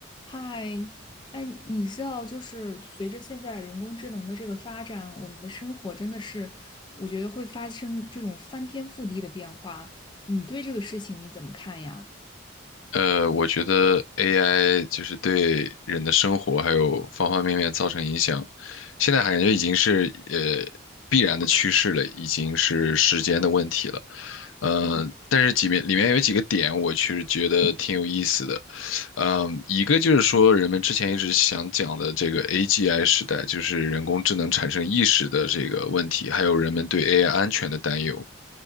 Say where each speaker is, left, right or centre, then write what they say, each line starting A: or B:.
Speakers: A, on the left; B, on the left.
A: 嗨，哎，你知道，就是随着现在人工智能的这个发展，我们的生活真的是，我觉得会发生这种翻天覆地的变化。你对这个事情你怎么看呀？
B: 呃，我觉得 AI 就是对人的生活还有方方面面造成影响，现在感觉已经是呃必然的趋势了，已经是时间的问题了。呃，
A: 嗯
B: 但是几面里面有几个点，我其实觉得挺有意思的。嗯，一个就是说人们之前一直想讲的这个 AGI 时代，就是人工智能产生意识的这个问题，还有人们对 AI 安全的担忧。